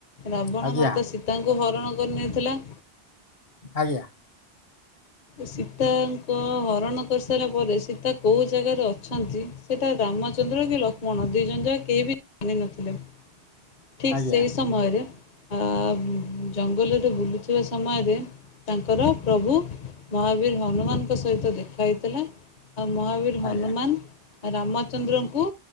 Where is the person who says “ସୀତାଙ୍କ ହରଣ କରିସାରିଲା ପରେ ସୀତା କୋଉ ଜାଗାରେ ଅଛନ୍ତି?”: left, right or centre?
Left